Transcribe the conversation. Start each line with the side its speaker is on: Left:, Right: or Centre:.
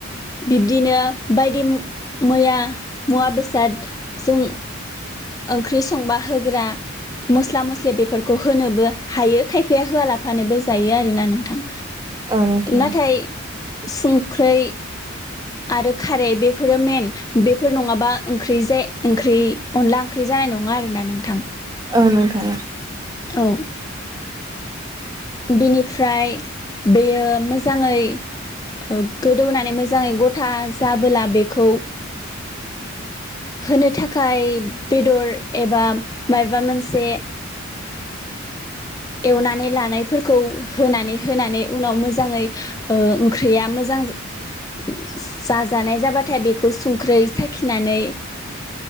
Left: बिब्दिनो बायदि मु-मैया-मुवा बेसाद सुं ओंख्रि संबा होग्रा मोस्ला मोस्लि बेफोरखौ होनोबो हायो खायफाया होआलाफानोबो जायो आरोना नोंथां।
Right: नोंथां
Left: नाथाय संख्रै। आरो खारै बेफोरो मेन बेफोर नङाबा ओंख्रि जा ओंख्रि अनला ओंख्रि जानाय नङा आरोना नोंथां।
Right: औ नोंथां।
Left: औ। बिनिफ्राय बेयो मोजाङै गोदौनानै मोजाङै गथा जाबोला बेखौ होनो थाखाय बेदर एबा माबा मोनसे एवनानै लानायफोरखौ होनानै होनानै उनाव मोजाङै ओ ख्रिया मोजां जाजानाय जाबाथाय बेखौ संख्रै साखिनानै